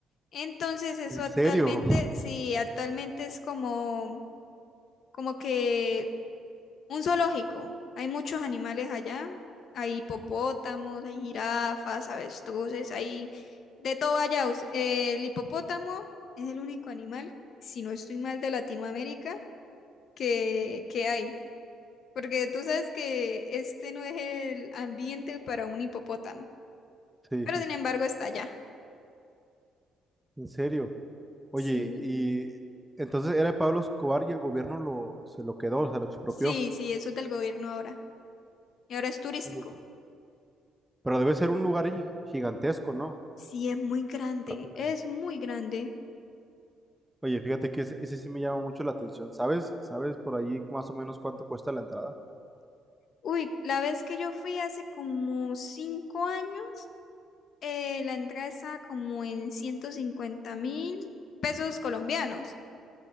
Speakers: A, on the left; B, in the centre.
A: Entonces, eso
B: ¿En serio?
A: actualmente,
B: <laughs>
A: sí, actualmente es como, como que Un zoológico. Hay muchos animales allá. Hay hipopótamos, hay jirafas, avestruces, hay de todo allá. Us- eh, El hipopótamo es el único animal, si no estoy mal, de Latinoamérica que, que hay. Porque tú sabes que este no es el ambiente para un hipopótamo.
B: Sí,
A: Pero
B: sí,
A: sin embargo está allá.
B: en serio. Oye,
A: Sí.
B: y entonces era de Pablo Escobar y el gobierno lo, se lo quedó, o sea, lo expropió.
A: Sí, sí, eso es del gobierno ahora. Y ahora es turístico.
B: Sí. Pero debe ser un lugar gi- gigantesco, ¿no?
A: Sí, es muy grande,
B: Para tener-
A: es muy grande.
B: Oye, fíjate que ese, ese sí me llama mucho la atención. ¿Sabes? ¿Sabes por ahí más o menos cuánto cuesta la entrada?
A: Uy, la vez que yo fui hace como cinco años, eh, la entrada estaba como en 150 mil pesos colombianos.